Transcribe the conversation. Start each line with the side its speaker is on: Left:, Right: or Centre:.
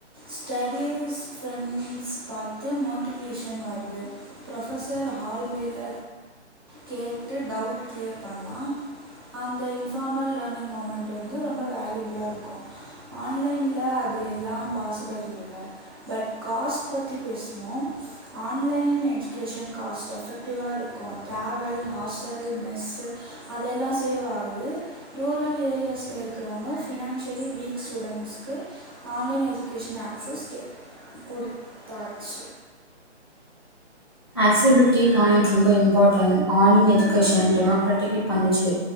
Right: ஸ்டடிஸ் ஃப்ரெண்ட்ஸ் பாரு பத்து மோட்டிவேஷன் வருது ப்ரொஃபசர் ஹால்வேல கேட்டு டவுட் கிளியர் பண்லா அந்த இன்ஃபார்மல் லேர்னிங் மூமெண்ட் வந்து ரொம்ப வேல்யூபுல்லா இருக்கு ஆன்லைன்ல அது எல்லா பாசிபள் இல்ல பட் காஸ்ட் பத்தி பேசுவோ ஆன்லைன் எஜுகேஷன் காஸ்ட் எஃபெக்டிவா இருக்கு ட்ராவல் ஹாஸ்டல் மெஸ்ஸு அதெல்லா சேவ் ஆகுது ரூரல் ஏரியாஸ்ல இருக்கிறவங்க ஃபினான்ஷியலி வீக் ஸ்டூடெண்ட்ஸ்கு ஆன்லைன் எஜுகேஷன் ஆக்சஸ் கே கொடு தாட்ச்
Left: ஆகஸிபிலிட்டி பாயிண்ட் ரொம்ப இம்பார்ட்டன் ஆன்லைன் எஜுகேஷன் டெமோ்ராட்டிக் பண்ணுச்சு